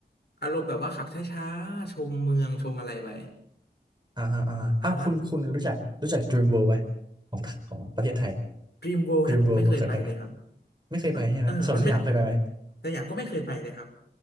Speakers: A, on the left; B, on the right.
A: อารมณ์แบบว่าขับช้าๆชมเมืองชมอะไรไป
B: อ่าฮะอ่าฮะอ้าวคุณคุณรู้จัก
A: อ่า
B: รู้จัก Dream World ไหมของของประเทศไทย
A: Dream World
B: Dream
A: เนี่ยผมไม่เคยไปเลยครับ
B: World คุณเคยไปไหมไม่เคยไปใช่ไหมสวนสยามเคยไปไหม
A: มันเออมันไม่แต่อย่างก็ไม่เคยไปเลยครับ